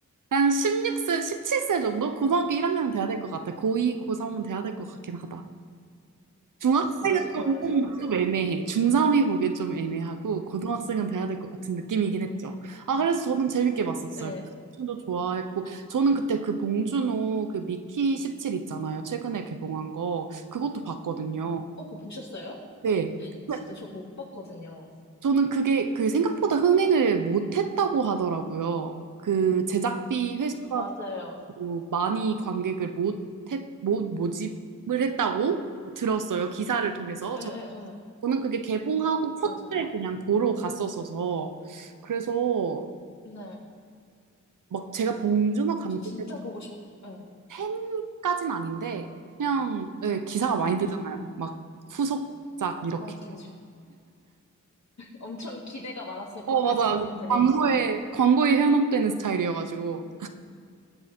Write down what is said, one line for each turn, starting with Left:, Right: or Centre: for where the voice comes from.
Right: 한 16세, 17세 정도? 고등학교 1학년 돼야 될 것 같아. 고2, 고3은 돼야 될 것 같긴 하다. 중학생은
Left: 맞아요,
Right: 좀,
Left: 맞아요,
Right: 좀,
Left: 맞아요.
Right: 좀 애매해. 중3이 보기엔 좀 애매하고, 고등학생은 돼야 될 것 같은 느낌이긴 했죠. 아, 그래서 저는 재밌게 봤었어요.
Left: 네.
Right: 춤도 좋아했고, 저는 그때 그 봉준호 그 미키 17 있잖아요. 최근에 개봉한 거. 그것도 봤거든요.
Left: 응. 어, 그거 보셨어요?
Right: 네.
Left: <laughs>
Right: 근데
Left: 진짜 저거 못 봤거든요.
Right: 저는 그게 그 생각보다 흥행을 못했다고 하더라고요. 그 제작비 회수가
Left: 맞아요.
Right: 뭐 많이 관객을 못, 했, 못 모집을 했다고 들었어요. 기사를 통해서.
Left: 예,
Right: 저,
Left: 예, 예.
Right: 저는 그게 개봉하고 첫날
Left: 맞아요.
Right: 그냥 보러 갔었어서. 그래서
Left: 네.
Right: 막 제가 봉준호 감독의
Left: 아, 저 진짜 보고 싶, 예.
Right: 팬까진 아닌데 그냥 예, 기사가 많이
Left: 음.
Right: 뜨잖아요. 막 후속작 이렇게.
Left: 맞, 맞아요. <laughs> 엄청 기대가 많았을 것
Right: 어, 맞아.
Left: 같은데, 사람들이.
Right: 광고에, 광고에 현혹되는 스타일이어가지고.